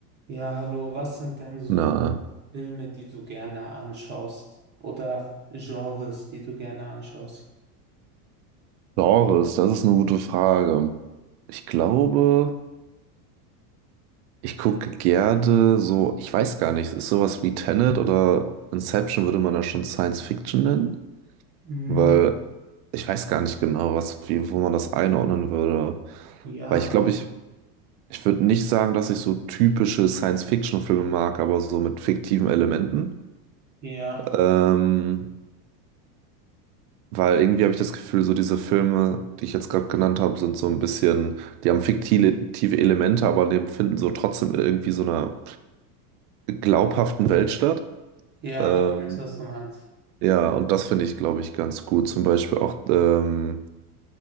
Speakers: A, on the right; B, on the right.
A: Ja, hallo, was sind denn so
B: Na,
A: Filme, die du gerne anschaust? Oder Genres, die du gerne anschaust?
B: Genres, das ist eine gute Frage. Ich glaube, ich gucke gerne so, ich weiß gar nicht, ist sowas wie Tenet oder Inception würde man da schon Science Fiction nennen?
A: Mm,
B: Weil ich weiß gar nicht genau, was, wie, wo man das einordnen würde.
A: Ja,
B: Weil ich glaube, ich, ich würde nicht sagen, dass ich so typische Science Fiction Filme mag, aber so mit fiktiven Elementen.
A: Ja,
B: Ähm, Weil irgendwie habe ich das Gefühl, so diese Filme, die ich jetzt gerade genannt habe, sind so ein bisschen, die haben fiktive Elemente, aber die finden so trotzdem in irgendwie so einer glaubhaften Welt statt.
A: ja,
B: Ähm,
A: ich weiß, was du meinst.
B: ja, und das finde ich, glaube ich, ganz gut. Zum Beispiel auch, ähm,